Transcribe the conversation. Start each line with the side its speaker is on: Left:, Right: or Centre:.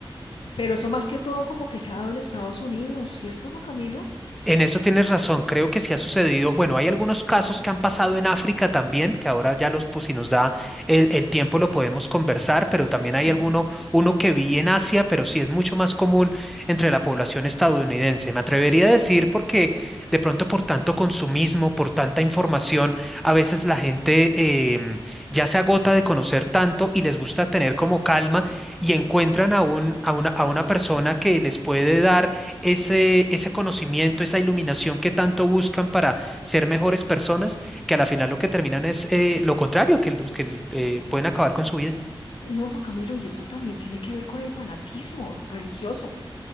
Left: Pero eso más que todo como que se ha dado en Estados Unidos, ¿cierto, Juan Camilo?
Centre: En eso tienes razón, creo que sí ha sucedido. Bueno, hay algunos casos que han pasado en África también, que ahora ya los, pues si nos da el, el tiempo lo podemos conversar, pero también
Left: Sí.
Centre: hay alguno, uno que vi en Asia, pero sí es mucho más común entre la población estadounidense. Me atrevería a decir porque de pronto por tanto consumismo, por tanta información, a veces la gente em, ya se agota de conocer tanto y les gusta tener como calma y encuentran a un, a una, a una persona que les puede dar ese, ese conocimiento, esa iluminación que tanto buscan para ser mejores personas, que a la final lo que terminan es eh, lo contrario, que los que eh, pueden acabar con su vida.
Left: No, Juan Camilo, y eso también tiene que ver con el fanatismo religioso.